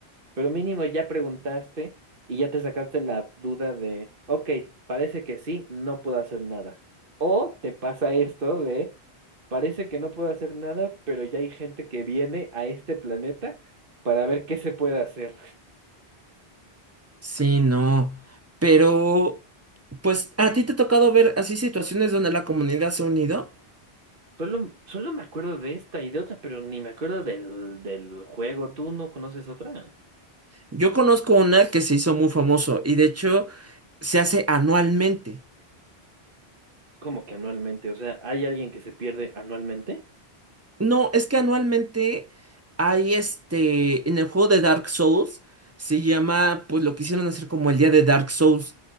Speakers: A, on the right; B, on the right.
A: Pero mínimo ya preguntaste y ya te sacaste la duda de, ok, parece que sí, no puedo hacer nada. O te pasa esto de, parece que no puedo hacer nada, pero ya hay gente que viene a este planeta para ver qué se puede hacer.
B: Sí, no. Pero, pues, ¿a ti te ha tocado ver así situaciones donde la comunidad se ha unido?
A: Solo, solo me acuerdo de esta y de otra, pero ni me acuerdo del, del juego. ¿Tú no conoces otra?
B: Yo conozco una que se hizo muy famoso y de hecho se hace anualmente.
A: ¿Cómo que anualmente? O sea, ¿hay alguien que se pierde anualmente?
B: No, es que anualmente hay este, en el juego de Dark Souls se llama, pues lo quisieron hacer como el día de Dark Souls.